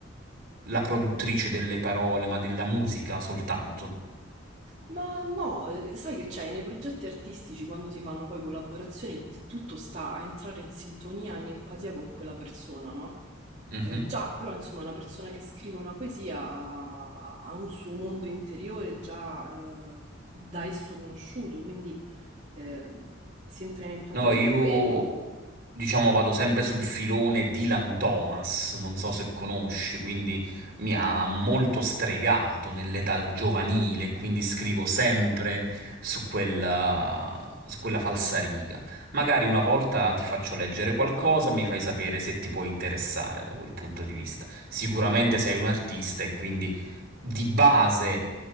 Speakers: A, on the right; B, on the right.
A: la produttrice delle parole, ma della musica soltanto?
B: Ma no, eh, sai che c'è, nei progetti artistici quando si fanno poi collaborazioni il tutto sta a entrare in sintonia, in empatia con quella persona, no?
A: Mh-mh.
B: Eh, già, però insomma una persona che scrive una poesia ha, ha un suo mondo interiore già eh, da esso conosciuto, quindi eh, si entra in empatia
A: No, io
B: su quello.
A: diciamo vado sempre sul filone Dylan Thomas, non so se conosci, quindi mi ha molto stregato nell'età giovanile, quindi scrivo sempre su quella, su quella falsariga. Magari una volta ti faccio leggere qualcosa, mi fai sapere se ti può interessare da quel punto di vista. Sicuramente sei un artista e quindi di base